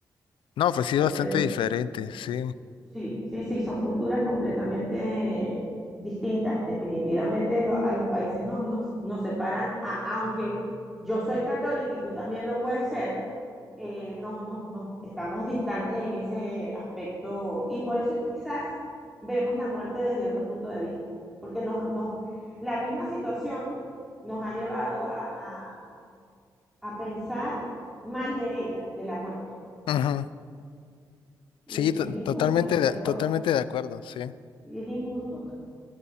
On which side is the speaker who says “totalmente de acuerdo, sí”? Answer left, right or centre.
Left